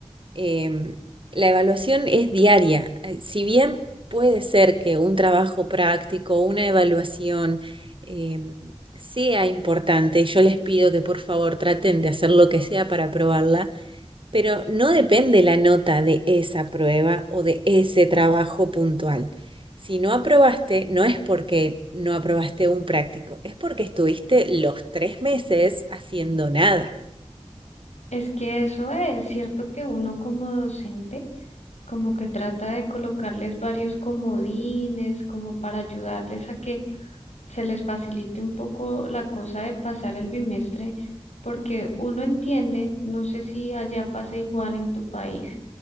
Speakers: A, on the right; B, on the left.
A: em, la evaluación es diaria. Eh, Si bien puede ser que un trabajo práctico, una evaluación em, sea importante, yo les pido que por favor traten de hacer lo que sea para aprobarla, pero no depende la nota de esa prueba o de ese trabajo puntual. Si no aprobaste, no es porque no aprobaste un práctico, es porque estuviste los tres meses haciendo nada.
B: Es que eso es cierto que uno como docente como que trata de colocarles varios comodines como para ayudarles a que se les facilite un poco la cosa de pasar el bimestre, porque uno entiende, no sé si allá pasa igual en tu país